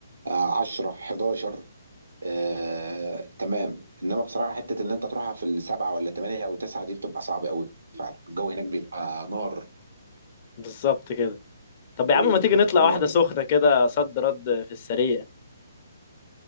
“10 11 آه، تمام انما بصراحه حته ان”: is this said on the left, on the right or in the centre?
Right